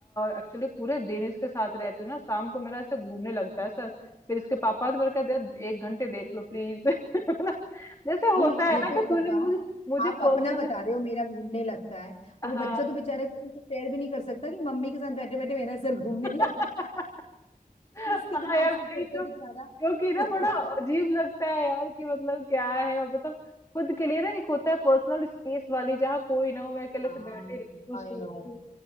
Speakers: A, on the left; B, on the left.
A: एक्चुअली पूरे दिन इसके साथ रहती हूँ ना शाम को मेरा ऐसे घूमने लगता है सर फिर इसके पापा तो मेरे कहते हैं एक घंटे देख लो प्लीज <laughs> ना जैसे
B: नहीं
A: होता है
B: ये
A: ना कि
B: तो
A: तुझे
B: बताओ
A: मुझे मुझे
B: आप
A: पर्सनली
B: अपना बता रहे हो मेरा घूमने लगता है वो
A: हाँ
B: बच्चा तो बेचारा किसी से शेयर भी नहीं कर सकता कि मम्मी के साथ बैठे बैठे मेरा सर घूमने <laughs> लगता
A: <laughs> हाँ
B: है उसके दिमाग
A: यार
B: से
A: वही
B: सोचो
A: तो
B: बेचारा
A: क्योंकि ना
B: <laughs>
A: बड़ा अजीब लगता है यार कि मतलब क्या है और मतलब खुद के लिए ना एक होता है पर्सनल स्पेस वाली जहाँ कोई ना हो मैं अकेले
B: हाँ
A: से बैठी रहूँ कुछ
B: आई
A: सोचूं।
B: नो